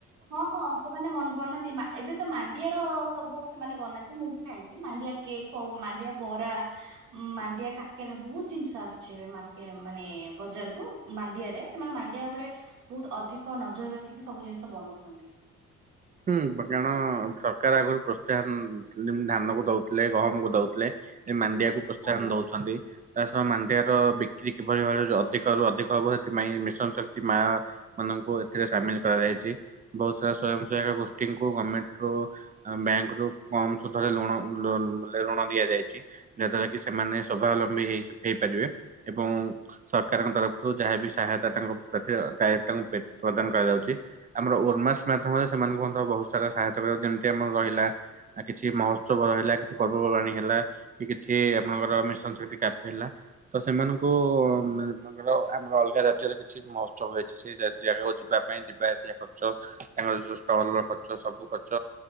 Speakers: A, on the right (about 75°); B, on the right (about 30°).
A: ହଁ ହଁ ସେମାନେ ମ ବନାନ୍ତି। ଏବେ ତ ମାଣ୍ଡିଆର ସବୁ ସେମାନେ ବନାନ୍ତି। ମୁଁ ବି ଖାଇଛି ମାଣ୍ଡିଆ କି କଉ ମାଣ୍ଡିଆ ବରା ମାଣ୍ଡିଆ କାକେରା ବହୁତ ଜିନିଷ ଆସୁଛି ଏବେମାକିଆ ମାନେ ବଜାର କୁ ମାଣ୍ଡିଆ ରେ ସେମାନେ ମାଣ୍ଡିଆ ଉପରେ ବହୁତ ଅଧିକ ନଜର ରଖିକି ସବୁ ଜିନିଷ ବନଉ ହନ୍ତି।
B: ହୁଁ କାରଣ ସରକାର ଆଗରୁ ପ୍ରୋତ୍ସାହନ ଯେମିତି ଧାନକୁ ଦଉଥିଲେ ଗହମକୁ ଦଉଥିଲେ। ମାଣ୍ଡିଆକୁ ପ୍ରୋତ୍ସାହନ
A: ଆଜ୍ଞା।
B: ଦଉଚନ୍ତି। ତା ସହ ମାଣ୍ଡିଆ ର ବିକ୍ରି କିଭଳି ଭାବରେ ଅଧିକ ରୁ ଅଧିକ ହବ ସେଥିପାଇଁ ମିଶନ ଶକ୍ତି ମା ମାନଙ୍କ ଏଥିରେ ସାମିଲ କରାଯାଇଚି ବହୁତ ସାରା ସୟଂ ଯାହାର ଗୋଷ୍ଠୀଙ୍କୁ ଗମେଣ୍ଟର ବ୍ୟାଙ୍କରୁ କମ୍ ସୁଧରେ ଲୁଣ ଲ ଋଣ ଦିଆଯାଇ ଇଚି ଯାହାଦ୍ଵାରା କି ସେମାନେ ସ୍ୱାବଲମ୍ବୀ ହେ ହେଇପାରିବେ ଏବଂ ସରକାରଙ୍କ ତରଫରୁ ଯାହାବି ସହାୟତା ତାଙ୍କ ପ୍ରତି ଡା ତାଙ୍କୁ ପ୍ରଦାନ କରାଯାଉଛି ଆମର ଉମାସ ମାଧ୍ୟମରେ ସେମାନଙ୍କୁ ମଧ୍ୟ ବହୁତ ସାରା ସହାୟତା କରିବା ଯେମିତି ଆମର ରହିଲା କିଛି ମହୋତ୍ସବ ରହିଲା କିଛି ପର୍ବପର୍ବାଣୀ ହେଲା। ଲା କି କିଛି ଆପଣଙ୍କର ମିଶନ୍ ଶକ୍ତି କ୍ୟାଫେ୍ ହେଲା ତ ସେମାନଙ୍କୁ ସେମାନଙ୍କର ଆମର ଅଲଗା ରାଜ୍ୟରେ କିଛି ମହୋତ୍ସବ ହେଇଛି ସେଇ ଜାଗାକୁ ଯିବା ପାଇଁ ଯିବା ଆସିବା ଖର୍ଚ୍ଚ ତାଙ୍କର ଯୋଉ ଟଲ ର ଖର୍ଚ ସବୁ ଖର୍ଚ୍ଚ